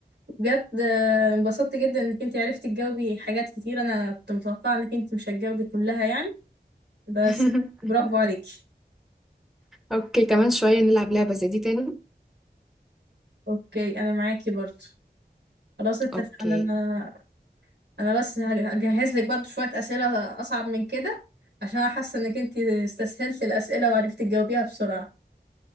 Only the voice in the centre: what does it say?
<laughs>
اوكي كمان شوية نلعب لعبة زي دي تاني
اوكي